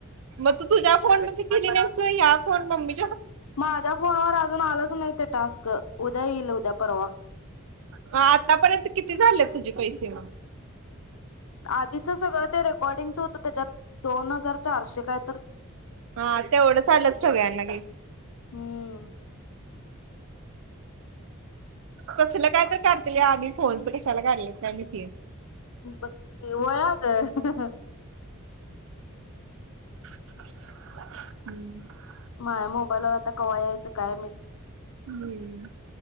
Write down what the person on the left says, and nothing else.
माझ्या फोनवर अजून आलंच नाही स् उदल उद पररवा
आधीचं सगळं ते र पडिंगच होतं त्याच्यात दोन हजार चारशे काय तर
हम्म
पकी वया ग
माय मोबाईलवर आता कवा्हा यायचं काय मी